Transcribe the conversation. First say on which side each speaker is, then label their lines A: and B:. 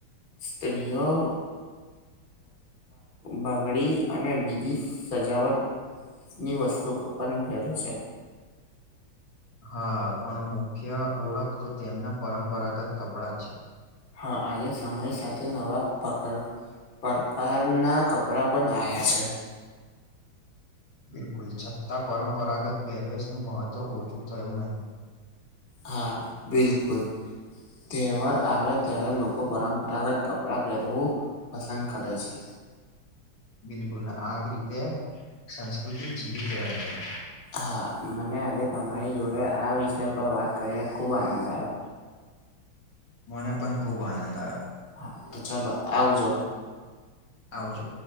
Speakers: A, on the left (about 30°); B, on the left (about 75°).
A: સ્ત્રીયો. બગડી, અને બીજી સજાવટ ની વસ્તુ પણ પેરે છે.
B: હા, પણ મુખ્ય ઓળખ તો તેમના પરંપરાગત કપડા જ છે.
A: હા, આજે સમય સાથે નવા પક પ્રકારના કપડા પણ આવ્યા છે.
B: બિલકુલ, છતાં પરંપરાગત પહેરવેશનું મહત્વ ઓછું થયું નહી.
A: હા, બિલકુલ તહેવાર આવ્યા‌. ત્યારે લોકો પરંપરાગત કપડાં પહેરવું પસંદ કરે છે.
B: બિલકુલ, આજ રીતે સંસ્કૃતિ જીવિત રહે છે.
A: હા, મને આજે તમારી જોડે આ વિષય પર વાત કરીને ખૂબ આનંદ આવ્યો.
B: મને પણ ખૂબ આનંદ આવ્યો.
A: હા, તો ચાલ આવજો.
B: આવજો.